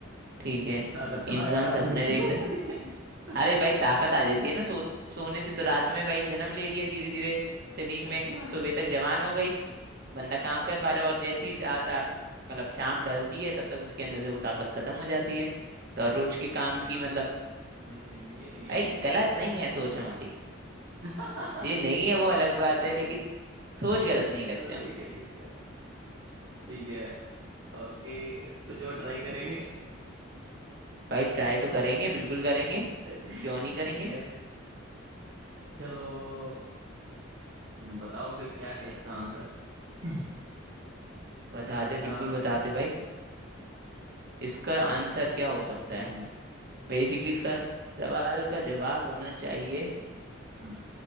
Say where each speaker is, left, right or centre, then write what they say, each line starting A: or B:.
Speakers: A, on the right (about 50°); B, on the right (about 65°).
A: ठीक है
B: ताकत कहाँ
A: इंसान
B: है यार रात
A: सपने
B: में जन्म
A: देखता
B: लेती है
A: अरे भाई ताकत
B: <laughs>
A: आ जाती है ना सो सोने से तो रात में भाई जन्म ले लिया धीरे धीरे शरीर
B: अच्छा
A: में सुबह तक जवान हो गई बंदा काम कर पा रहा है और जैसी ही रात आ- मतलब शाम ढलती है तब तक उसके अंदर से वो ताकत खत्म हो जाती है तो हर रोज
B: चलो
A: के काम
B: भाई
A: की
B: जी
A: मतलब
B: हम्म ये नहीं है
A: भाई
B: लेकिन इसका
A: गलत
B: आंसर
A: नहीं है सोच हमारी
B: <laughs>
A: ये नहीं है वो अलग बात है लेकिन सोच गलत नहीं रखते
B: चलो
A: हम
B: ठीक है ठीक है ठीक है ओके कुछ और ट्राई करेंगे
A: भाई ट्राई तो करेंगे बिल्कुल करेंगे
B: <laughs>
A: क्यों नहीं करेंगे
B: ठीक है चलो बताओ फिर क्या है इसका आंसर <clears throat>
A: बताते
B: आ,
A: बिल्कुल बताते भाई इसका आंसर क्या हो सकता
B: हम्म
A: है बेसिकली इसका सवाल का जवाब होना चाहिए
B: हम्म